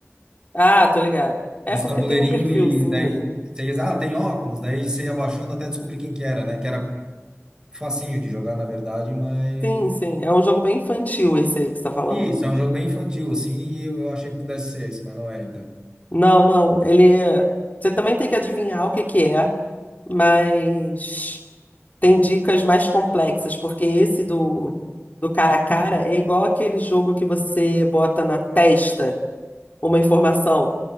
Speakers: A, on the left; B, on the right.
A: Ah, tô ligado. É
B: dos
A: porque
B: tabuleirinho
A: tem um perfilzinho
B: e daí
A: ali, né?
B: você ia, ah, tem óculos, daí você ia abaixando até descobrir quem que era, né? Que era facinho de jogar, na verdade, mas.
A: Sim, sim. É um jogo bem infantil esse aí que você tá falando,
B: Isso,
A: né?
B: é um jogo bem infantil, assim, e eu, eu achei que pudesse ser esse, mas não era, então.
A: Não, não. Ele. Você também tem que adivinhar o que que é, mas tem dicas mais complexas, porque esse do, do cara a cara é igual aquele jogo que você bota na testa uma informação.